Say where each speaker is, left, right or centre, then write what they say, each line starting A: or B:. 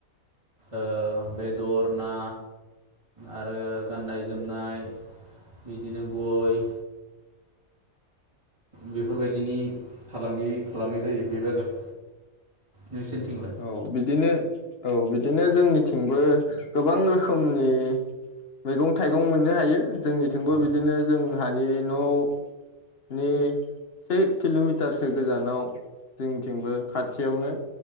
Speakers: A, on the right; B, on the left.
A: ओ बेदर ना आरो गाननाय जोमनाय बिदिनो गय बेफोरबायदिनि फालांगि खालामनाय जायो बे बाजार नोंसोरनिथिंलाय?
B: औ बिदिनो औ बिदिनो जोंनिथिंबो गोबां रोखोमनि मैगं थाइगं मोननो हायो जोंनिथिंबो बिदिनो
A: औ
B: जोंहानि न'नि से किल'मिटारसो गोजानाव जोंनिथिंबो खाथियावनो